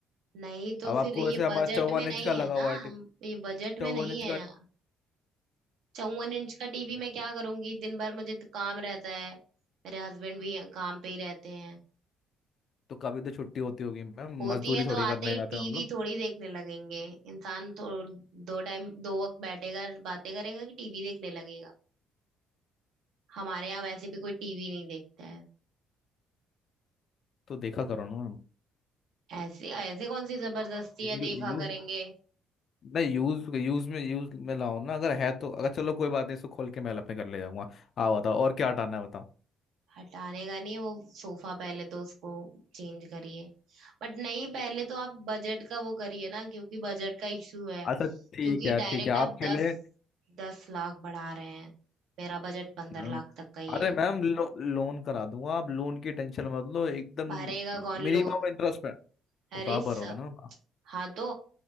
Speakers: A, on the right (about 65°); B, on the left (about 40°).
A: नहीं तो
B: अब
A: फिर
B: आपको
A: ये
B: वैसे हमारा
A: बजट
B: चौवन
A: में नहीं
B: इंच का लगा
A: है ना
B: हुआ है टी-
A: हम ये बजट
B: चौवन
A: में नहीं
B: इंच
A: है चौवन इंच का टीवी
B: का
A: मैं क्या करूंगी दिन भर मुझे तो काम रहता है मेरे हस्बैंड भी काम पे ही रहते हैं
B: तो कभी तो छुट्टी होती होगी मैम
A: होती
B: मजदूरी
A: है तो
B: थोड़ी
A: आते
B: करने
A: ही
B: जाते
A: टीवी
B: हैं हम लोग
A: थोड़ी देखने लगेंगे इंसान तो दो टाइम दो वक्त बैठेगा बातें करेगा कि टीवी देखने लगेगा हमारे यहाँ वैसे भी कोई टीवी नहीं देखता है
B: तो देखा करो ना मैम
A: ऐसे ऐसे कौन सी जबरदस्ती है
B: यू,
A: देखा
B: यूज
A: करेंगे
B: नहीं यूज यूज में यूज में लाओ ना अगर है तो अगर चलो कोई बात नहीं इसको खोल के मैं अपने घर ले जाऊंगा आओ बताओ और क्या हटाना है बताओ
A: हटाने का नहीं है वो सोफा पहले तो उसको चेंज करिए बट नहीं पहले तो आप बजट का वो करिए ना क्योंकि बजट का इशू है
B: अच्छा ठीक
A: क्योंकि
B: है
A: डायरेक्ट
B: ठीक है आपके
A: आप दस
B: लिए
A: दस लाख बढ़ा रहे हैं मेरा बजट पंद्रह
B: मैम
A: लाख तक का ही
B: अरे
A: है
B: मैम लो, लोन करा दूंगा आप लोन की टेंशन मत लो एकदम
A: भरेगा कौन
B: मिनिमम
A: लोन
B: इंटरेस्ट पे
A: अरे
B: वो तो आप
A: स-
B: भरोगे ना
A: हाँ तो